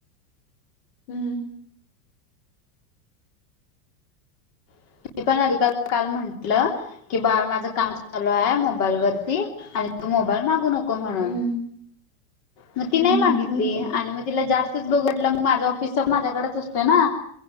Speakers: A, on the left; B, on the left.
A: हम्म.
B: <unintelligible> काल म्हंटलं- कि बाळ माझं काम चालू आहे मोबाईल वरती. आणि तू मोबाईल मागू नको. म्हणून.
A: हम्म
B: मग ती
A: हम्म
B: नाही मागितली
A: होय की
B: आणि मग तिला जास्तच बघटलं मग माझा ऑफिसचा माझ्याकडेच असत- - तो ना?